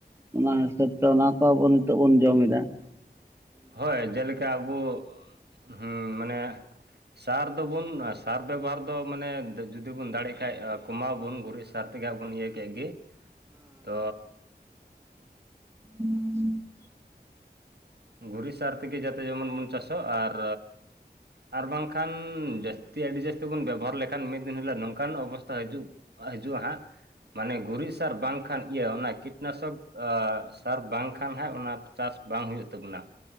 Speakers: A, on the right (about 15°); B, on the right (about 85°).
A: ᱚᱱᱟ ᱦᱤᱥᱟᱹᱵ ᱛᱮ ᱚᱱᱟ ᱠᱚ ᱟᱵᱚ ᱱᱤᱛᱳᱜ ᱵᱚᱱ ᱡᱚᱢ ᱮᱫᱟ ᱾
B: ᱦᱳᱭ ᱡᱮᱞᱮᱠᱟ ᱟᱵᱚ ᱩᱸᱦ-ᱦᱩᱸ ᱢᱟᱱᱮ ᱥᱟᱨ ᱫᱚᱵᱚᱱ, ᱥᱟᱨ ᱵᱮᱵᱚᱦᱟᱨ ᱫᱚ ᱢᱟᱱᱮ ᱡᱩᱫᱤ ᱵᱚᱱ ᱫᱟᱲᱮᱜ ᱠᱷᱟᱱ ᱠᱚᱢᱟᱣ ᱵᱚᱱ ᱜᱩᱨᱤ ᱥᱟᱨ ᱛᱮᱜᱮ ᱦᱟᱸᱜ ᱵᱚᱱ ᱤᱭᱟᱹ ᱠᱮᱜ ᱜᱮ, ᱛᱚ
A: ᱩᱸᱦ-ᱦ-ᱦ <unintelligible> ᱾
B: ᱜᱩᱨᱤᱡ ᱥᱟᱨ ᱛᱮᱜᱮ ᱡᱟᱛᱮ ᱡᱮᱢᱚᱱ ᱵᱚᱱ ᱪᱟᱥᱚᱜ ᱟᱨ ᱟᱨ ᱵᱟᱝᱠᱷᱟᱱ ᱡᱟᱹᱥᱛᱤ, ᱟᱹᱰᱤ ᱡᱟᱹᱥᱛᱤ ᱵᱚᱱ ᱵᱮᱵᱚᱦᱟᱨ ᱞᱮᱠᱷᱟᱱ ᱢᱤᱫ ᱫᱤᱱ ᱦᱤᱞᱳᱜ ᱱᱚᱝᱠᱟᱱ ᱚᱵᱚᱥᱛᱟ ᱦᱤᱡᱩᱜ ᱫᱟᱜ ᱦᱤᱡᱩᱜ-ᱟ ᱦᱟᱸᱜ? ᱢᱟᱱᱮ ᱜᱩᱨᱤᱡ ᱥᱟᱨ ᱵᱟᱝᱠᱷᱟᱱ ᱤᱭᱟᱹ ᱚᱱᱟ ᱠᱤᱴᱱᱟᱥᱚᱠ ᱟ ᱥᱟᱨ ᱵᱟᱝᱠ ᱠᱷᱟᱱ ᱦᱟᱸᱜ ᱚᱱᱟ ᱪᱟᱥ ᱵᱟᱝ ᱦᱩᱭᱩᱜ ᱛᱟᱵᱚᱱᱟ